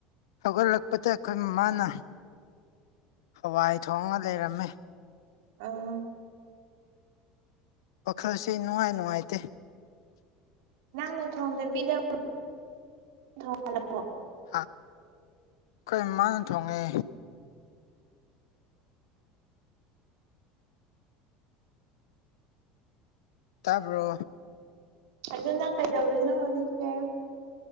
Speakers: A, on the left; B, on the right.
A: ꯍꯧꯒꯠꯂꯛꯄꯗ ꯑꯩꯈꯣꯏ ꯃꯃꯥꯅ ꯍꯋꯥꯏ ꯊꯣꯡꯉ ꯂꯩꯔꯝꯃꯦ
B: ꯑꯥ
A: ꯋꯥꯈꯜꯁꯦ ꯅꯨꯡꯉꯥꯏ ꯅꯨꯡꯉꯥꯏꯇꯦ
B: ꯅꯪꯅ ꯊꯣꯡꯗꯕꯤꯗ <unintelligible>
A: ꯍꯥ ꯑꯩꯈꯣꯏ ꯃꯃꯥꯡꯅ ꯊꯣꯡꯉꯦ ꯇꯥꯕ꯭ꯔꯣ
B: ꯑꯗꯨ ꯅꯪ ꯀꯩꯗꯧꯔꯤꯅꯣ ꯍꯧꯖꯤꯛꯁꯦ